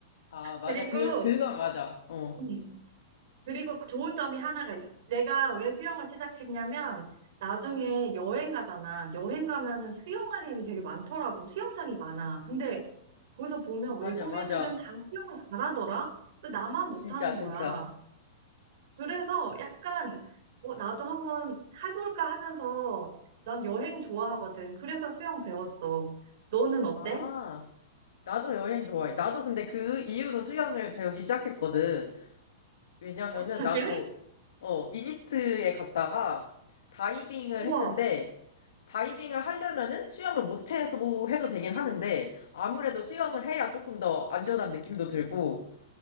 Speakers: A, on the left; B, on the right.
A: 아, 맞아.
B: 그리고,
A: 그, 그건 맞아. 어.
B: 음, 그리고 좋은 점이 하나가, 있- 내가 왜 수영을 시작했냐면, 나중에 여행 가잖아. 여행 가면은 수영할 일이 되게 많더라고. 수영장이 많아. 근데 거기서 보면
A: 맞아,
B: 외국
A: 맞아.
B: 애들은 다 수영을 잘하더라? 왜 나만 못하는
A: 진짜, 진짜.
B: 거야? 그래서 약간 어, 나도 한번 해볼까 하면서 난 여행 좋아하거든. 그래서 수영 배웠어. 너는 어때?
A: 아, 나도 여행 좋아해. 나도 근데 그 이후로 수영을 배우기 시작했거든. 왜냐면은
B: <laughs> 아,
A: 나도
B: 그래?
A: 어 이집트에 갔다가 다이빙을
B: 우와.
A: 했는데 다이빙을 하려면은 수영을 못해서 해도 되긴 하는데 아무래도 수영을 해야 조금 더 안전한 느낌도 들고